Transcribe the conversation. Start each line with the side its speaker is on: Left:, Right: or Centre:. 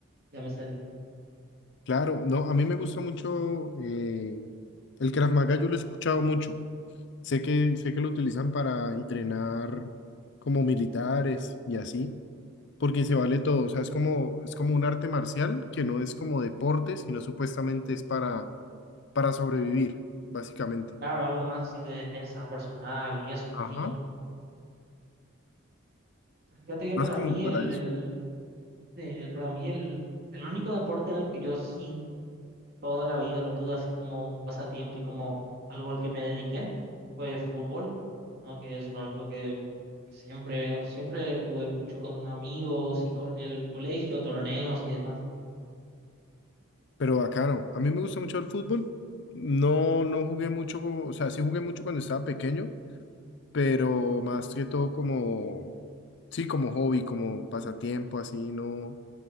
Right: ya me salí.
Left: Claro, no, a mí me gusta mucho eh, el Krav Maga, yo lo he escuchado mucho. Sé que, sé que lo utilizan para entrenar como militares y así, porque se vale todo. O sea, es como, es como un arte marcial que no es como deporte, sino supuestamente es para, para sobrevivir, básicamente.
Right: Claro, algo más así de defensa personal y eso, imagino.
Left: Ajá.
Right: Fíjate que
Left: Más
Right: para
Left: como
Right: mí
Left: para
Right: el,
Left: eso.
Right: el, el- para mí el, el único deporte en el que yo sí toda la vida lo tuve así como un pasatiempo y como algo al que me dediqué fue fútbol. no que es lo único que siempre, siempre jugué mucho con amigos y con el colegio, torneos y demás.
Left: Pero bacano. A mí me gusta mucho el fútbol. No, no jugué mucho, o sea, sí jugué mucho cuando estaba pequeño, pero más que todo como, sí, como hobby, como pasatiempo, así, no,